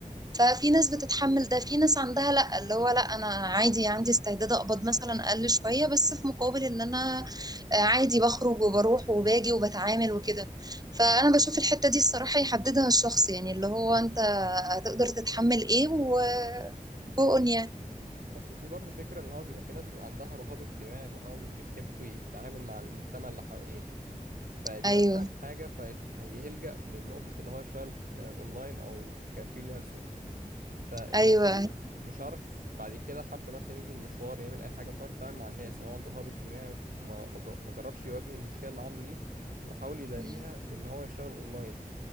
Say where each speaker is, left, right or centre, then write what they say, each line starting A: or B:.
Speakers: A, on the right (about 25°); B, on the right (about 70°).
A: ففي ناس بتتحمل ده في ناس عندها لا اللي هو لا انا عادي عندي استعداد اقبض مثلا اقل شوية بس في مقابل ان انا عادي بخرج وبروح وباجي وبتعامل وكده فانا بشوف الحتة دي الصراحة يحددها الشخص يعني اللي هو انت هتقدر تتحمل ايه و بقن يعني
B: أصل في برضه فكرة إن هو بيبقى في ناس بيبقى عندها رهاب اجتماعي اللي هو مش بيحب يتعامل مع المجتمع اللي حواليه فدي
A: ايوه
B: مثلا حاجة فهيلجأ لنقطة اللي هو يشتغل في- آه، أونلاين أو كفريلانسنج فالنقطة
A: ايوه
B: دي مش عارف بعد كده حب مثلا ينزل مشوار يعمل أي حاجة مش عارف يتعامل مع الناس هو عنده رهاب اجتماعي وما ما جا- ما جربش يواجه المشكلة اللي عنده دي وحاول يداريها
A: مم.
B: بإن هو يشتغل أونلاين